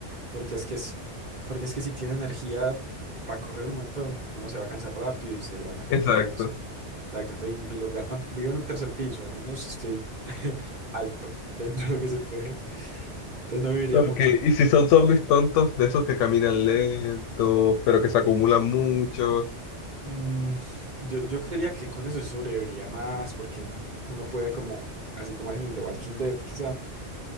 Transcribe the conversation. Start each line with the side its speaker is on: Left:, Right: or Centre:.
Right: porque es que es, porque es que si tiene energía para correr un montón, uno se va a cansar rápido y se lo van a comer.
Left: exacto.
Right: No sé. Exacto, entonces en mi lugar tampoco vivo en un tercer piso, al menos estoy <laughs> alto dentro de lo que se puede, entonces no viviría
Left: Ok,
Right: mucho.
Left: y si son zombies tontos, de esos que caminan lentos, pero que se acumulan muchos,
Right: Mm, yo, yo creería que con eso sí sobreviviría más, porque uno puede como, así como hacen en The Walking Dead, quizá,